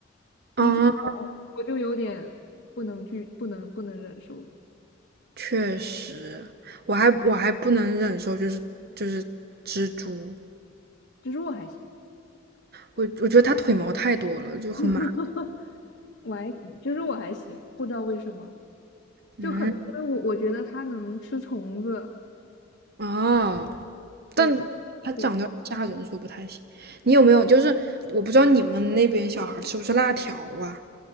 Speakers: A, on the right; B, on the left.
A: 啊，
B: 鼻涕虫，我就有点不能拒，不能不能忍受。
A: 确实，我还我还不能忍受就是就是蜘蛛，
B: 蜘蛛我还行，
A: 我我觉得它腿毛太多了，就很麻烦。
B: <laughs> 我还行，蜘蛛我还行，不知道为什么。就可能因为我我觉得它能吃虫子，
A: 嗯，哦。
B: 对
A: 但它长得吓人，
B: 对，
A: 说不太行。你有没有就是我不知道你们那边小孩吃不吃辣条啊？